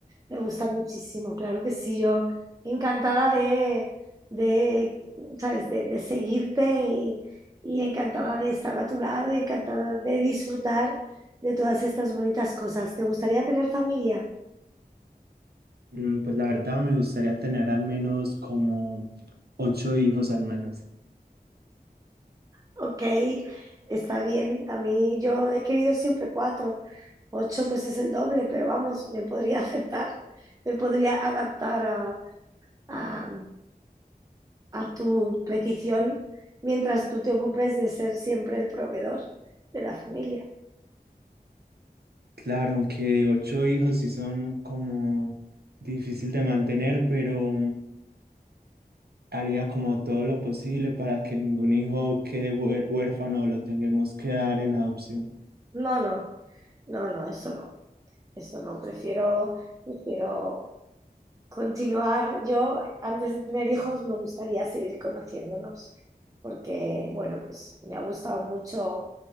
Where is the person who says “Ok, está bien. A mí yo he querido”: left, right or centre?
Right